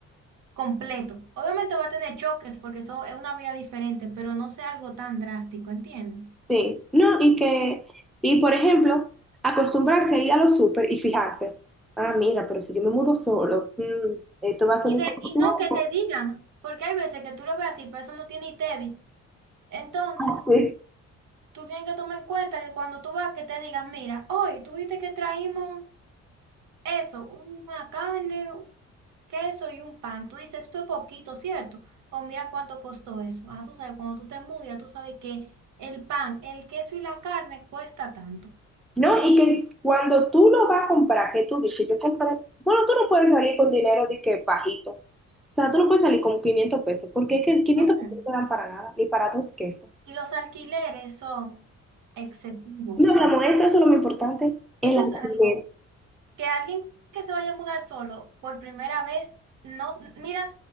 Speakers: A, on the right; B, in the centre.
A: completo. Obviamente va a tener choques porque eso es una vida diferente, pero no sea algo tan drástico, ¿entiendes?
B: Sí, no, y que, y por ejemplo, acostumbrarse a ir a los súper y fijarse, ah, mira, pero si yo me mudo solo, mm, esto va a ser
A: Y,
B: mi
A: de,
B: consumo.
A: y no que te digan, porque hay veces que tú lo ves así, pero eso no tiene ITEVI. Entonces,
B: Así.
A: tú tienes que tomar en cuenta que cuando tú vas, que te digan, mira, hoy tú viste que traímos eso, una carne, un queso y un pan. Tú dices, esto es poquito, ¿cierto? O mira cuánto costó eso. Ah, tú sabes, cuando tú te mudas, ya tú sabes que el pan, el queso y la carne cuesta tanto.
B: No, y que cuando tú lo vas a comprar, que tú dices, yo compré, bueno, tú no puedes salir con dinero de que bajito, o sea, tú no puedes salir con 500 pesos, porque es que 500
A: No.
B: pesos no te dan para nada, ni para dos quesos.
A: Y los alquileres son excesivos.
B: No, mi amor, eso, eso es lo más importante, el
A: Eso
B: alquiler.
A: es algo que alguien que se vaya a mudar solo por primera vez, no, mira,